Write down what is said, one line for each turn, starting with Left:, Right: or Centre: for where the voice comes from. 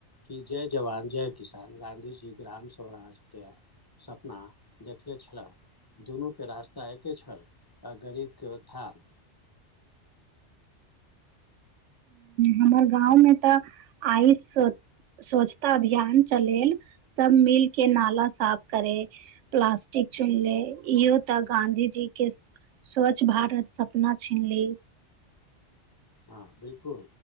Left: क जय जवान जय किसान गाँधी जी ग्राम स्वराज्यके सपना छल दुनू के रास्ता एके छल आ गरीब के उत्थान
Right: हमर गाँव मे तऽ आइस स्वच्छता अभियान चलेल सब मिल के नाला साफ करे प्लास्टिक चुनले इहो तऽ गाँधीजी के स्वच्छ भारत सपना छीनली
Left: ह बिलकुल